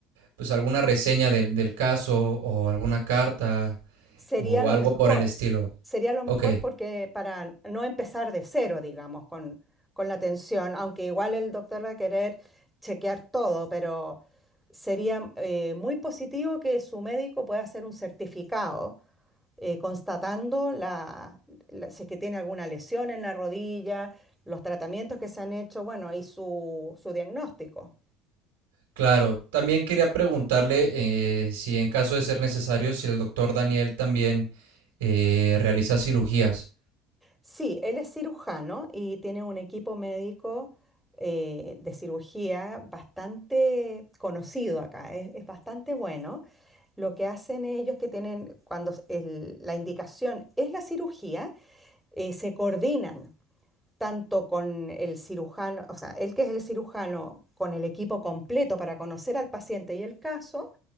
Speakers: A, on the right; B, in the centre.
A: pues alguna reseña del, del caso o alguna carta
B: Sería
A: o
B: lo
A: algo
B: mejor,
A: por el estilo.
B: sería lo mejor
A: Ok,
B: porque para no empezar de cero, digamos, con, con la atención, aunque igual el doctor va a querer chequear todo, pero sería eh, muy positivo que su médico pueda hacer un certificado eh, constatando la, la- si es que tiene alguna lesión en la rodilla, los tratamientos que se han hecho, bueno, y su, su diagnóstico.
A: claro. También quería preguntarle eh, si en caso de ser necesario, si el doctor Daniel también eh, realiza cirugías.
B: Sí, él es cirujano y tiene un equipo médico eh, de cirugía bastante conocido acá, es, es bastante bueno. Lo que hacen ellos que tienen, cuando el- la indicación es la cirugía, eh, se coordinan tanto con el cirujano, o sea, él que es el cirujano, con el equipo completo para conocer al paciente y el caso,